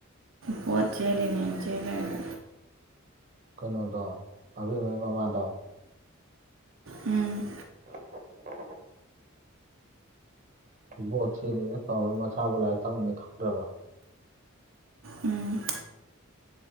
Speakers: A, on the right (about 70°); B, on the right (about 35°).
A: ꯚꯣꯠ ꯆꯦꯜꯂꯤꯅꯦ ꯆꯦꯜꯂꯒ
B: ꯀꯩꯅꯣꯗꯣ ꯑꯕꯦꯝꯃꯩ ꯃꯃꯥꯗꯣ
A: ꯎꯝ
B: <inaudible> ꯕꯣꯠ ꯁꯤꯅꯤꯅ ꯇꯧ ꯃꯆꯥꯕꯨ ꯂꯥꯏꯔꯤ ꯇꯕꯅꯤ ꯈꯪꯗ꯭ꯔꯕ
A: ꯎꯝ꯫